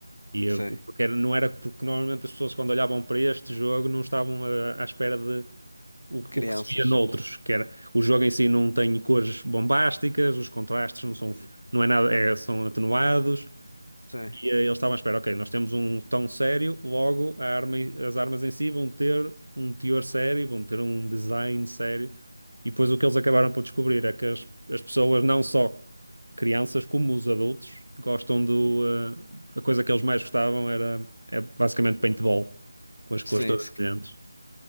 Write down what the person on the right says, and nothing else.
E eh,
porque era- não era porque normalmente as pessoas quando olhavam para este jogo não estavam eh, à espera de o, que
o que se via noutros, que era o jogo em si não tem cores bombásticas, os contrastes não são, não é nada, é- são atenuados,
e eh, eles estavam à espera, ok, nós temos um tom sério, logo a arma, as armas em si vão ter um teor sério, vão ter um design sério. E depois o que eles acabaram por descobrir é que as, as pessoas, não só crianças, como os adultos, gostam do. eh, a coisa que eles mais gostavam era é basicamente paintball, com as cores
todas brilhantes.